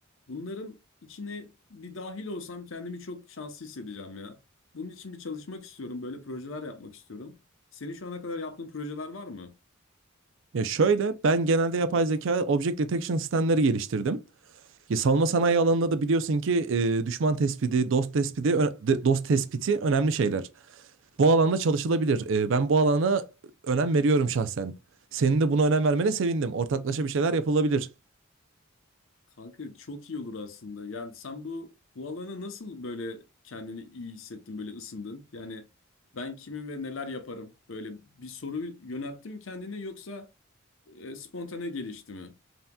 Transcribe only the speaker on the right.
Ya şöyle ben genelde yapay zeka object detection sistemleri geliştirdim. Ya savunma sanayi alanında da biliyorsun ki e, düşman tespiti, dost tespiti, ö- de- dost tespiti önemli şeyler. Bu alanda çalışılabilir. Ee, ben bu alana önem veriyorum şahsen. Senin de buna önem vermene sevindim. Ortaklaşa bir şeyler yapılabilir.